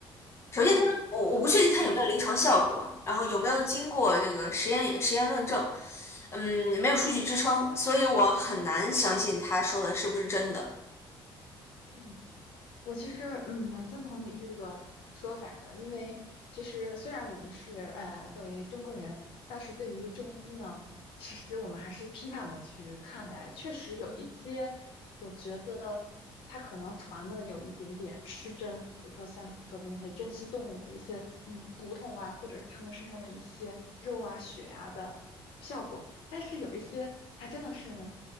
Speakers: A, on the left; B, on the left.
A: 首先它是，
B: 嗯
A: 我我不确定它有没有临床效果，
B: 嗯
A: 然后有没有经过这个实验实验论证，嗯，没有数据支撑，所以我很难相信他说的是不是真的。
B: 嗯我其实嗯蛮赞同你这个说法的，因为其实虽然我们是呃作为中国人，但是对于中医呢，其实我们还是批判的去看待，确实有一些我觉得它可能传的有一点点失真，比如说像你说的那些珍稀动物的一些嗯骨头啊，或者是它们身上的一些肉啊、血啊的。效果。但是有一些还真的是